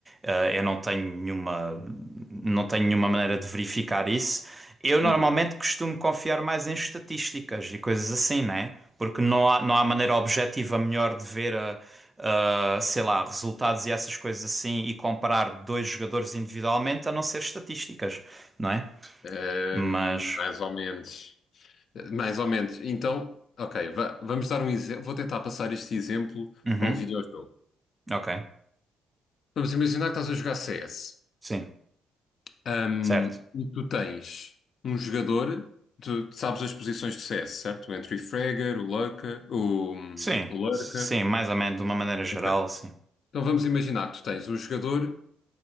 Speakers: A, on the right; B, on the left.
A: uh, eu não tenho nenhuma, não tenho nenhuma maneira de verificar isso. Eu normalmente
B: Uhum.
A: costumo confiar mais em estatísticas e coisas assim, não é? Porque não há, não há maneira objetiva melhor de ver ah, sei lá, resultados e essas coisas assim e comparar dois jogadores individualmente, a não ser estatísticas, não é?
B: Ehm,
A: Mas,
B: mais ou menos. Mais ou menos. Então, ok, va- vamos dar um exemplo. Vou tentar passar este exemplo
A: uhum,
B: para um videojogo.
A: ok,
B: Vamos imaginar que estás a jogar CS.
A: sim,
B: Ehm,
A: certo.
B: e tu tens um jogador, tu sabes as posições de CS, certo? O Entry Fragger, o Lurker, o, hum,
A: Sim,
B: o Lurker.
A: sim, mais ou menos de uma maneira geral,
B: Ok.
A: sim.
B: Então vamos imaginar que tu tens um jogador